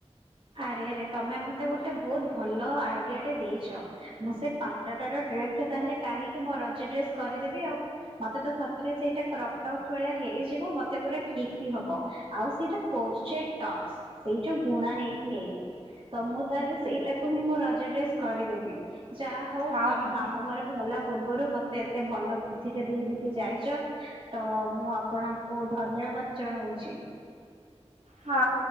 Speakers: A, on the right; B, on the right.
A: ଆରେ ଆରେ ତମେ ମତେ ଗୋଟେ ବହୁତ ଭଲ ଆଇଡିଆ ଟେ ଦେଇଛ ମୁଁ ସେ ପାଣ୍ଡାର ଡ୍ରେସ ଟା ତାହେଲେ କାଢଣିକି ମ ରଜ ଡ୍ରେସ୍ କରିଦେବି ଆଉ ମତେ ତ ସତରେ ସେଇଟା କପ ଟପ ଭଳିଆ ହେଇଯିବ ମତେ ପୁରା ଠିକ ବି ହବ ଆଉ ସେଇଟା କରପସ ସେଇ ଯୋଉ ଗୁଣା ହେଇକ ହେଇଛି ତ ମୁଁ ତାହେଲେ ସେଇଟାକୁ ହିଁ ମୁଁ ରଜ ଡ୍ରେସ କରିଦେବି ଯାହା ହଉ
B: ହଁ
A: ତମେ
B: ହଁ।
A: ମାମ ଘରେ ଭଲ। ପୂର୍ବରୁ ମତେ ଏତେ ଭଲ ବୁଦ୍ଧିଟା ଦେଇ ଦେଇକି ଯାଇଛ ତ ମୁଁ ଆପଣଙ୍କୁ ଧନ୍ୟବାଦ ଜଣାଉଛି।
B: ହଁ